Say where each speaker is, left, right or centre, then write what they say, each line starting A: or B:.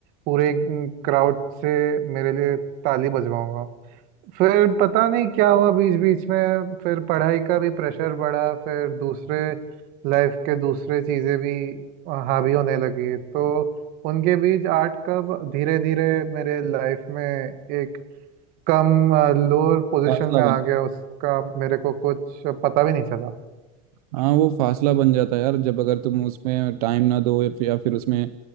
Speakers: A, on the right (about 50°); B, on the right (about 70°).
A: पूरे क्राउड से मेरे लिए ताली बजवाऊंगा फिर पता नहीं क्या हुआ बीच बीच में फिर पढ़ाई का भी प्रेशर बढ़ा फिर दूसरे लाइफ के दूसरे चीज़ें भी हावी होने लगी तो उनके बीच आर्ट कब धीरे धीरे मेरे लाइफ में एक कम लोअर पोजीशन
B: फासला
A: में आ
B: बन
A: गया उसका मेरे को कुछ पता भी नहीं चला
B: हाँ वो फासला बन जाता है यार जब अगर तुम उसमें टाइम ना दो या फिर या फिर उसमें